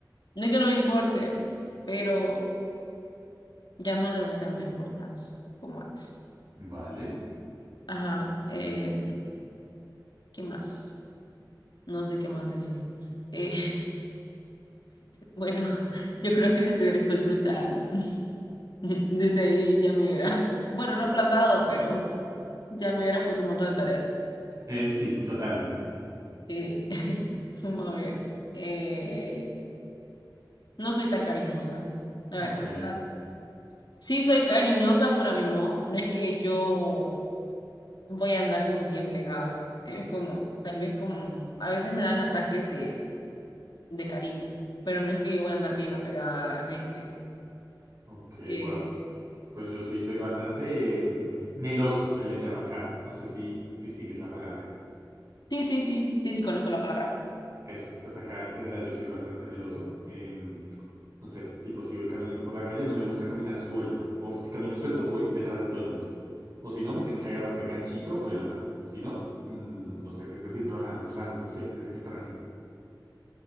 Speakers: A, on the left; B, on the right.
A: no es que no me importe, pero ya no le doy tanta importancia como antes.
B: Vale.
A: Ajá, eh, ¿qué más? No sé qué más decir. Eh, Bueno, <laughs> yo creo que si estuviera en consulta, <laughs> desde ahí ya me hubiera, bueno, no aplazado, pero ya me hubiera puesto un montón de tareas.
B: Eh, sí, totalmente.
A: Eh, <laughs> vamos a ver, eh, no soy tan cariñosa, la
B: Ok.
A: verdad. O sea, sí soy cariñosa, pero a mi modo. No es que yo voy a andar como bien pegada. Es como, tal vez como, a veces me dan ataques de, de cariño, pero no es que yo voy a andar bien apegada a la gente.
B: Ok,
A: Eh,
B: bueno. Pues yo sí soy bastante eh, meloso, se le llama acá. No sé si distingues la palabra.
A: sí, sí, sí, sí, sí, conozco la palabra.
B: Eso, pues acá en general yo soy bastante meloso. em, no sé, tipo si voy caminando por la calle, no me gusta caminar suelto. O si camino suelto, voy detrás de todo el mundo. O si no, me tienen que agarrar de ganchito o de la mano. Si no, mm, no sé, me siento raro, es raro, no sé, es extraño.